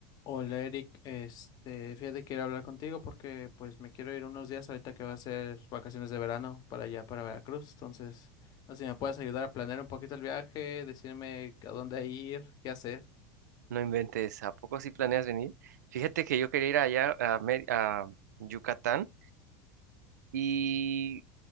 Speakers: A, on the left; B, on the right.
A: Hola Eric, este, fíjate que quiero hablar contigo porque pues me quiero ir unos días ahorita que va a ser vacaciones de verano para allá, para Veracruz. Entonces, no sé si me puedes ayudar a planear un poquito el viaje, decirme a dónde ir, qué hacer.
B: No inventes, ¿a poco sí planeas venir? Fíjate que yo quería ir allá a, Mer- a Yucatán y